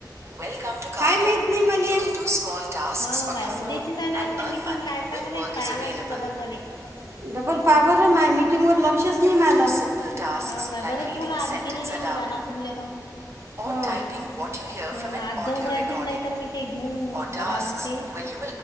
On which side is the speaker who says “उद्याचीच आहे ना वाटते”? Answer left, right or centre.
Left